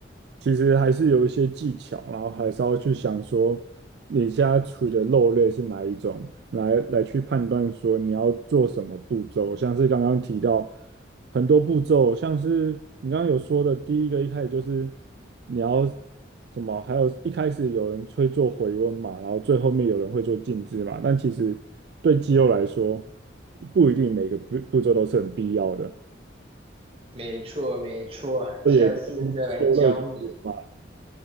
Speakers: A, on the right; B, on the right.
A: 其实还是有一些技巧，然后还是要去想说你家在处理的肉类是哪一种，来来去判断说你要做什么步骤。像是刚刚提到很多步骤，像是你刚刚有说的第一个，一开始就是你要什么，还有一开始有人会做回温嘛，然后最后面有人会做静置嘛，但其实对肌肉来说，不一定每个步步骤都是很必要的。
B: 没错，没错，
A: 这也跟受乐趣嘛。
B: 下次再来教你。